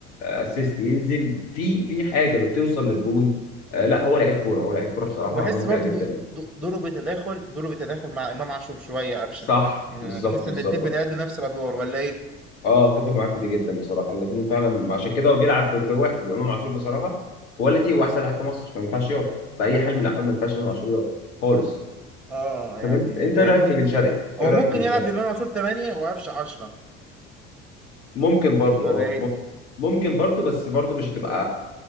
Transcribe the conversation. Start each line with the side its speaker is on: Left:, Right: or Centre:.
Left: اسيست ينزل في في حاجه بتوصل للجون آه، لا هو لعيب كوره هو لعيب كوره بصراحه
Centre: وبحس
Left: ممتع
Centre: برضو
Left: جدا
Centre: دو- دو- دوره بيتداخل دوره بيتداخل مع امام عاشور شويه قفشه
Left: صح
Centre: يعني
Left: بالظبط
Centre: بحس ان
Left: بالظبط
Centre: الاتنين بيأدوا نفس الادوار ولا ايه
Left: اه اتفق معاك في دي جدا بصراحه الاثنين فعلا عشان كده هو بيلعب ب- بواحد وامام عاشور بصراحه كواليتي واحسن لاعب في مصر فما ينفعش يقعد باي حال من الاحوال ما ينفعش امام عاشور يقعد خالص
Centre: اه
Left: طب
Centre: يعني
Left: انت انت
Centre: فاهمني
Left: إيه رايك في بن شرقي؟
Centre: هو
Left: ايه رايك
Centre: ممكن
Left: في بن
Centre: يلعب
Left: شرقي؟
Centre: بامام عاشور 8 وقفشه 10
Left: ممكن برضو
Centre: ولا
Left: اه
Centre: ايه
Left: مم- ممكن برضو بس برضو مش هتبقى